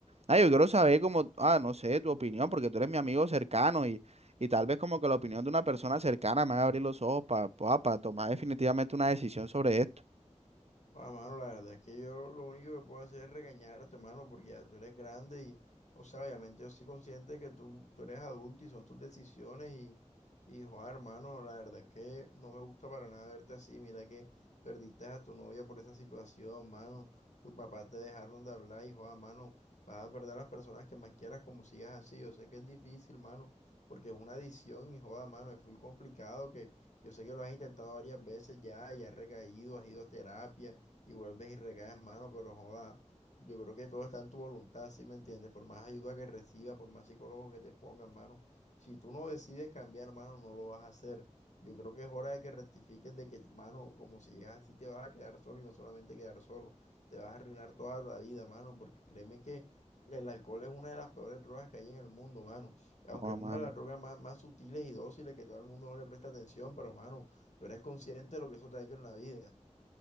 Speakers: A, on the right; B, on the left.
A: Ah, yo quiero saber como, ah, no sé, tu opinión, porque tú eres mi amigo cercano y, y tal vez como que la opinión de una persona cercana me haga abrir los ojos para tomar definitivamente una decisión sobre esto.
B: Ah, mano, la verdad es que yo lo único que puedo hacer es regañarte, mano, porque ya tú eres grande y, o sea, obviamente yo soy consciente de que tú, tú eres adulto y son tus decisiones y, y, joder, hermano, la verdad es que no me gusta para nada verte así. Mira que perdiste a tu novia por esa situación, mano. Tu papá te dejaron de hablar y, joder, mano, vas a perder a las personas que más quieras como sigas así. Yo sé que es difícil, mano, porque es una adicción y, joder, mano, es full complicado que yo sé que lo has intentado varias veces ya y has recaído, has ido a terapia y vuelves y recaes, mano, pero joda, yo creo que todo está en tu voluntad, ¿sí me entiendes? Por más ayuda que reciba, por más psicólogos que te pongan, mano, si tú no decides cambiar, mano, no lo vas a hacer. Yo creo que es hora de que rectifiques de que, mano, como si llegas así te vas a quedar solo y no solamente quedar solo, te vas a arruinar toda la vida, mano, porque créeme que el alcohol es una de las peores drogas que hay en el mundo, mano. Aunque
A: Oh,
B: es una
A: mano.
B: de las drogas más, más sutiles y dóciles que todo el mundo no le presta atención, pero, mano, tú eres consciente de lo que eso te ha hecho en la vida.